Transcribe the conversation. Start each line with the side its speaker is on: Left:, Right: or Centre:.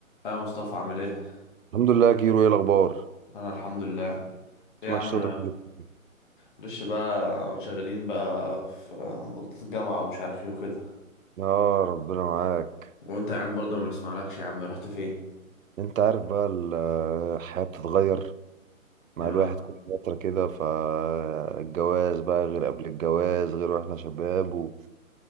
Left: اه مصطفى عامل ايه
Right: الحمد لله يا كيرو ايه الاخبار
Left: انا الحمد لله ايه
Right: مش
Left: يا عم
Right: صوتك من الاتنين.
Left: معلش بقى شغالين بقى في ضغط الجامعه ومش عارف ايه وكده
Right: يا ربنا معاك
Left: وانت يا عم برضه ما بنسمعلكش يا عم رحت فين
Right: انت عارف بقى ال- الحياة بتتغير مع
Left: يا
Right: الواحد كل فترة كده فالجواز بقى غير قبل الجواز غير واحنا شباب وكده